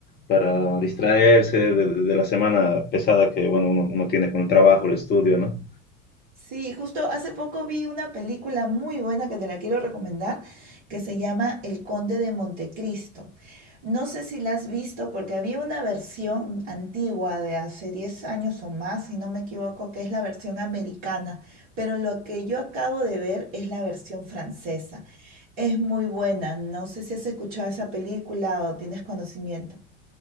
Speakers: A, on the left (about 25°); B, on the right (about 55°).
A: para distraerse de, de- de la semana pesada que bueno, uno, uno tiene con el trabajo, el estudio, ¿no?
B: Sí, justo hace poco vi una película muy buena que te la quiero recomendar, que se llama El Conde de Montecristo. No sé si la has visto porque había una versión antigua de hace 10 años o más, si no me equivoco, que es la versión americana, pero lo que yo acabo de ver es la versión francesa. Es muy buena, no sé si has escuchado esa película o tienes conocimiento.